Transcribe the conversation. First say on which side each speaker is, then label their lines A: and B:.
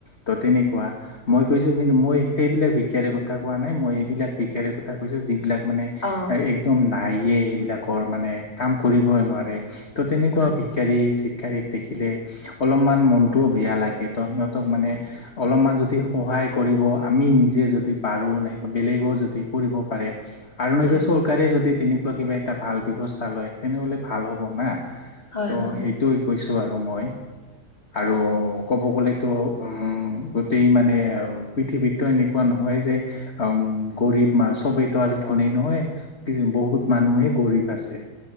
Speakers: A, on the left; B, on the left.
A: ত তেনেকুৱা মই কৈছো কিন্তু মই সেইবিলাক ভাৰে কথা কোৱা নাই মই এইবিলাক ভিক্ষাৰীৰ কথা কৈছে যিবিলাক মান
B: অ
A: একদম নায়ে এইবিলাকৰ মানে কাম কৰিবই নোৱাৰে ত তেনেকুৱা
B: হয়
A: ভিক্ষাৰী ভিক্ষাৰীক দেখিলে অলপমান মনতটোও বেয়া লাগে ত সিহঁতক মানে অলপমান যদি সহায় সহায় কৰিব আমি নিজে যদি পাৰোঁ নাইবা বেলেগো যদি কৰিব পাৰে। আৰু
B: হয়
A: নাইবা চৰকাৰে যদি তেনেকুৱা কিবা এটা ভাল ব্যবস্থা লয় তেনেহলে ভাল হ'ব না। ত'
B: হয় হয়
A: সেইটোোৱে কৈছো আৰু মই। আৰু ক'ব গলেতো উম গোটেই মানে পৃথিৱীততো এনেকুৱা ন হয় যে গৰীব ম চবেইতো আৰু ধনী নহয় কি বহুত মানুহে গৰীব। আছে